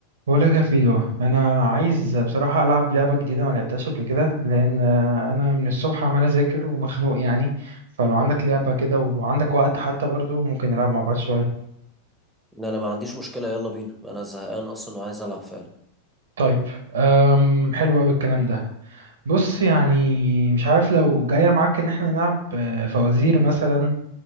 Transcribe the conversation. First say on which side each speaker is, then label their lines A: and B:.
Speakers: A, on the right; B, in the centre.
A: بقولك يا فيلو انا عايز بصراحه العب لعبه جديده ما لعبتهاش قبل كده لان آه، انا من الصبح عمال اذاكر ومخنوق يعني فلو عندك لعبه كده وعندك وقت حتى برضو ممكن نلعب مع بعض شويه
B: ان انا ما عنديش مشكلة يلا بينا انا زهقان اصلا وعايز العب فعلا
A: طيب أم حلو قوي الكلام ده بص يعني مش عارف لو جايه معاك ان احنا نلعب آه، فوازير مثلا